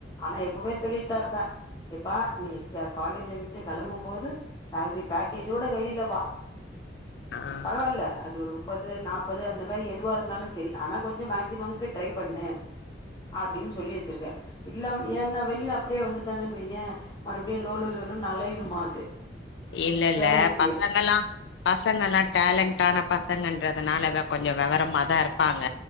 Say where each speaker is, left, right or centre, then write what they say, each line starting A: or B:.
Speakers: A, on the left; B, on the left.
A: ஆனா எப்போமே சொல்லிட்தா இருப்பே எப்பா நீ எக்ஸ காலேஜ விட்டு கெளம்பு போது சேல்ரி பேக்கேஜோட வெளிலவா
B: ஆ
A: பரவால்ல அது ஒரு முப்பது நாப்பது அந்த மாரி எ துவா இருந்தாலும் சரி ஆனா கொஞ்சம் மேக்சிமமுக்கு ட்ரை பண்ணு அப்டின் சொல்லி வெச்சிருக்கே இல்லாம ஏன்னா வெளில அப்டியே வந்துட்டாங்கன்னு வையே மறுப்டியு லோலோலோலோன் அலையனுமா அது
B: இல்லல்ல
A: வேலைக்கு
B: பசங்கல்லா பசங்கல்லா டேலண்ட்டான பசங்கன்றதுனால வெ கொஞ்சம் வெவரமா தான் இருப் பாங்க